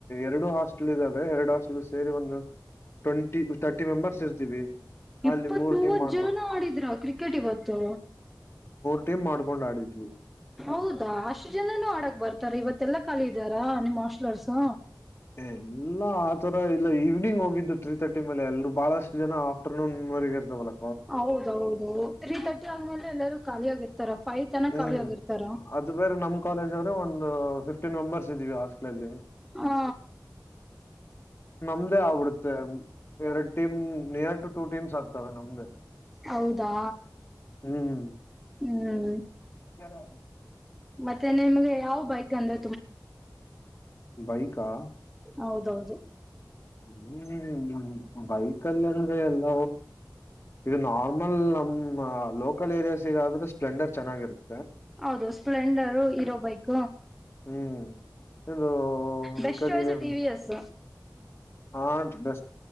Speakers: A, on the left; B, in the centre.
A: ಎರಡು ಹಾಸ್ಟ್ಲ್ ಇದ್ದಾವೆ ಎರಡು ಹಾಸ್ಟ್ಲ್. ಸೇರಿ ಒಂದು ಟ್ವೆಂಟಿ ತರ್ಟಿ ಮೆಂಬರ್ಸ್ ಇರ್ತೀವಿ.
B: ಇಪ್ಪತ್
A: ಅಲ್ಲಿ ಮೂರ್
B: ಮೂವತ್ತು
A: ಟೀಮ್ ಮಾಡ್ಕೊ
B: ಜನ ಆಡಿದ್ರ ಕ್ರಿಕೆಟ್ ಇವತ್ತು.
A: ಮೇ ಮಾಡ್ಕೊಂಡ್ ಆಡಿದ್ವು.
B: ಹೌದಾ ಅಷ್ಟು ಜನನುೂ ಆಡಕ್ ಬರ್ತಾರೆ ಇವತ್ತೆಲ್ಲಾ ಕಖಾಲಿ ಇದಾರ ನಿಮ್ಮ್ ಮಾಸ್ಲರ್ಸ್.
A: ಎಲ್ಲಾ. ರ ಇಲ್ಲ ಈವ್ನಿಂಗ್ ಹೋಗಿದ್ದು ತ್ರೀ ತರ್ಟಿ ಮೇಲೆ ಎಲ್ರು ಬಹಳಷ್ಟ ಜನ ಆಫ್ಟರ್ನೂನ್ರೆಗ ಇರ್ತವಲ್ಲ.
B: ಹೌದೌದು ತ್ರೀ ತರ್ಟಿ ಆದ್ಮೇಲೆ ಎಲ್ಲರೂ ಖಾಲಿ ಆಗಿರ್ತಾರ. ಫೈವ್ ತನ
A: ಹ್ಮ್
B: ಖಾಲಿ ಆಗಿರ್ತಾರ.
A: ಅದು ಬೇರೆ ನಮ್ ಕಾಲೇಜ್ ಅವರು ಒಂದು ಫಿಫ್ಟೀನ್ ಮೆಂಬರ್ಸ್ ಇದೀವಿ ಹಾಸ್ಟ್ಲ ಅಲ್ಲಿ.
B: ಹಾ.
A: ನಮ್ದೇ ಆಗ್ಬಿಡುತ್ತೆ ಎರಡ್ team near to two teams ಆಗ್ತವೆ ನಮ್ದೆ.
B: ಹೌದಾ
A: ಹ್ಮ್
B: ಹ್ಮ್.
A: <unintelligible>
B: ಮತ್ತೆ ನಿಮ್ಗೆ ಯಾವ್ ಬೈಕ್ ಅಂದ್ರ.
A: ಬೈಕಾ
B: ಹೌದೌದು
A: ಹ್ಮ್ ಬೈಕ್ಲ್ಲಿ ಅಂದ್ರೆ ಎಲ್ಲ ಈಗ ನಾರ್ಮಲ್ ನಮ್ಮ್ ಲೋಕಲ್ ಏರಿಯಾಸ್ಗಾದ್ರೆ ಸ್ಪ್ಲೆಂಡರ್ ಚೆನ್ನಾಗಿರುತ್ತೆ
B: ಹೌದು ಸ್ಪ್ಲೆಂಡರು ಇರೋ ಬೈಕ್
A: ಹ್ಮ್ ಇದು
B: ಬೆಸ್ಟ್
A: ಈ ಕಡೆಗೆ
B: ಚಾಯ್ಸ್ ಟಿ ವಿ ಎಸ್.
A: ಹಾ ಸ್